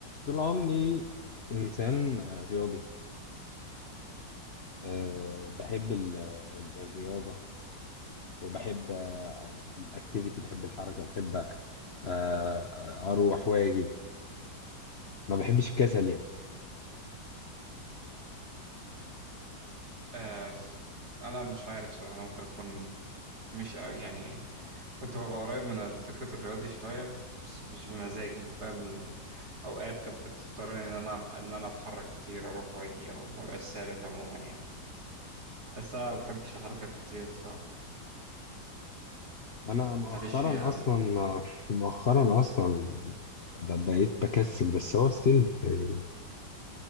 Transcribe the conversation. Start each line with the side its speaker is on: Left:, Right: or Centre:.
Left: طول عمري إنسان آه، رياضي أه بحب ال- ال- الرياضة وبحب آه، الأكتيفيتي بحب الحركة بحب آه، آه، أروح وأجي ما بحبش الكسل يعني
Right: آه س- انا مش عارف صراحه انا ممكن اكون مش أ- يعني كنت ببقى قريب من فكره الرياضي شويه بس مش بمزاجي انت فاهم ال- اوقات كانت بتضطرني ان انا أعم- ان انا اتحرك كتير اروح واجي او ما بقاش ثابت عموما يعني بس انا ما بحبش الحركه كتير الصراحه
Left: أنا مؤخرا
Right: ماليش فيها قوي
Left: أصلا <laughs> آه، مؤخرا أصلا ب- بقيت بكسل بس هو ستيل يعني